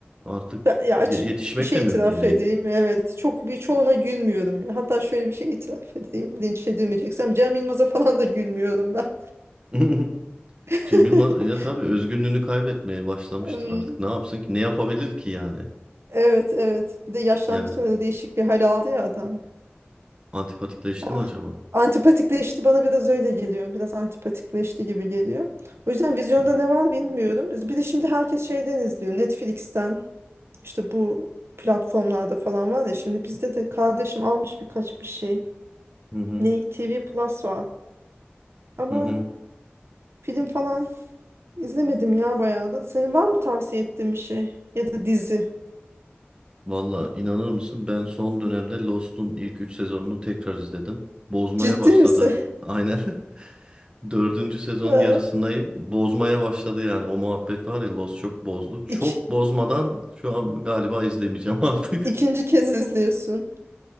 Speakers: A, on the right; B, on the right.
A: artık
B: Ben, ya açık
A: ye- yetişmek
B: bir şey
A: de mümkün
B: itiraf
A: değil.
B: edeyim. Evet. Çok birçoğuna gülmüyorum. ya. Hatta şöyle bir şey itiraf edeyim. Linç edilmeyeceksem Cem Yılmaz'a falan da gülmüyorum ben.
A: <laughs>
B: <laughs>
A: Cem Yılmaz ya tabii özgünlüğünü kaybetmeye başlamıştır
B: Hmm,
A: artık. Ne yapsın ki? Ne yapabilir ki yani?
B: Evet evet. Bir de yaşlandıkça
A: Yani
B: da değişik bir hal aldı ya adam.
A: antipatikleşti mi
B: Ah,
A: acaba?
B: antipatikleşti bana biraz öyle geliyor. Biraz antipatikleşti gibi geliyor. O yüzden vizyonda
A: Hı
B: ne var bilmiyorum. Bir de şimdi herkes şeyden izliyor. Netflix'ten işte bu platformlarda falan var ya. Şimdi bizde de kardeşim almış birkaç bir şey.
A: hı.
B: Ne? TV Plus var. Ama
A: Hı hı.
B: film falan izlemedim ya bayağı da. Senin var mı tavsiye ettiğin bir şey? Ya da dizi?
A: Valla inanır mısın? Ben son dönemde Lost'un ilk 3 sezonunu tekrar izledim. Bozmaya
B: Ciddi
A: başladı.
B: misin? <laughs>
A: Aynen. <laughs> Dördüncü sezonun
B: Ha,
A: yarısındayım. Bozmaya başladı yani. O muhabbet var ya Lost çok bozdu. Çok
B: İk,
A: bozmadan şu an galiba izlemeyeceğim <laughs> artık.
B: ikinci kez izliyorsun.